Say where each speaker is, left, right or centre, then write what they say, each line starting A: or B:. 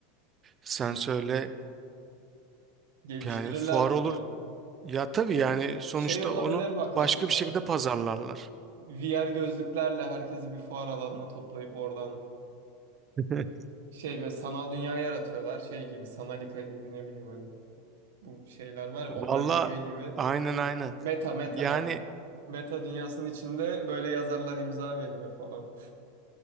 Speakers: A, on the right; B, on the right.
A: sen söyle
B: Geliştirirler
A: yani fuar
B: mi
A: olur.
B: diyorsun?
A: Ya tabii yani sonuçta
B: Şey olabilir
A: onu
B: bak
A: başka
B: aslında.
A: bir şekilde pazarlarlar.
B: VR gözlüklerle herkesi bir fuar alanına toplayıp oradan
A: <laughs>
B: şey böyle sanal dünya yaratıyorlar. Şey gibi Sanalika gibi ne bileyim hani bu şeyler var ya online
A: Valla
B: bir oyun gibi.
A: aynen aynen.
B: Meta meta
A: Yani
B: ha. Meta dünyasının içinde böyle yazarlar imza veriyor falan.